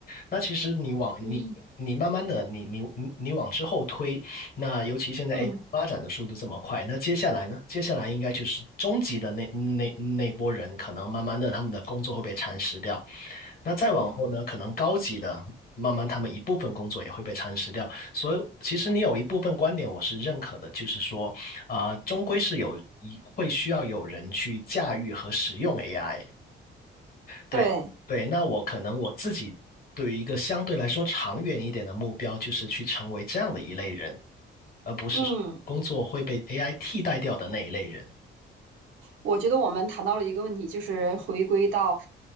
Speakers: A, on the left; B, on the right.
A: 那其实你往你你慢慢的你你你你往之后推，
B: 嗯
A: 那尤其现在
B: 嗯
A: AI 发展的速度这么快，那接下来呢？接下来应该就是中级的那那那波人，可能慢慢的他们的工作会被蚕食掉。那再往后呢，
B: 嗯，
A: 可能高级的慢慢他们一部分工作也会被蚕食掉。所以其实你有一部分观点我是认可的，就是说啊、终归是有一会需要有人去驾驭和使用 AI。对对，
B: 对。
A: 那我可能我自己对于一个相对来说长远一点的目标，就是去成为这样的一类人，而不是工作会被
B: 嗯，
A: AI 替代掉的那一类人。
B: 我觉得我们谈到了一个问题，就是回归到，